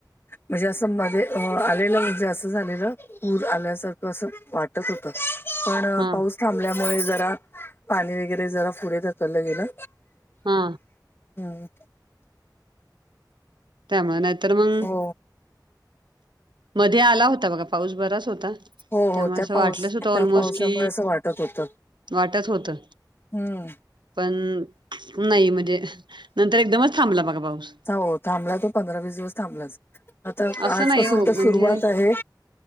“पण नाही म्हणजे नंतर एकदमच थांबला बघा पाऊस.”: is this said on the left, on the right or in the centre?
Right